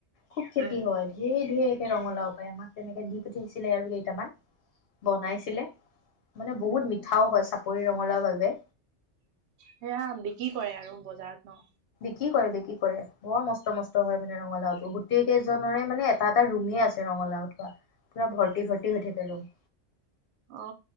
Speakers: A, on the left; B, on the right.
A: খুব খেতি
B: উম
A: হয়, ধেৰ, ধেৰ ৰঙালাও পায় আমাক তেনেকে দি পঠিয়াইছিলে আৰু কেইটামান, বনাইছিলে। মানে বহুত
B: উম
A: মিঠাও হয়, চাপ চাপৰিৰ ৰঙালাও বাবে
B: সেয়া বিক্ৰী কৰে আৰু বজাৰত ন?
A: কি কৰে বিকি কৰে বৰ মস্ত, মস্ত হয়, মানে ৰঙালাওবোৰ গোটেই কেইজনৰে মানে এটা, এটা ৰুমেই আছে ৰঙালাও থোৱা পুৰা ভৰ্তি, ভৰ্তি হৈ থাকে ৰুম।
B: অ',